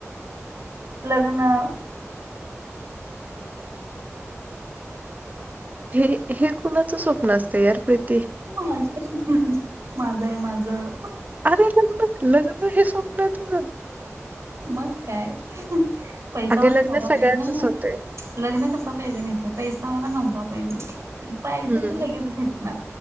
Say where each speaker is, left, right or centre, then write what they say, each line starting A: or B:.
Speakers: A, on the right (about 70°); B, on the right (about 35°).
A: लग्नं
B: हे हे कुणाचं स्वप्न स्वप्न असते यार ते
A: माझं... माझं आहे माझं
B: अरे पण लग्न लग्न हे स्वप्न तुझं.
A: मग काय पैसावाला
B: अगं लग्न
A: नवरा
B: सगळ्याचंच
A: पा
B: होतंय.
A: लग्न कसा पाहिजे माहितीय पैसावाला नवरा पाहिजे. पाहिजे
B: हं.
A: ते लगेच भेटणार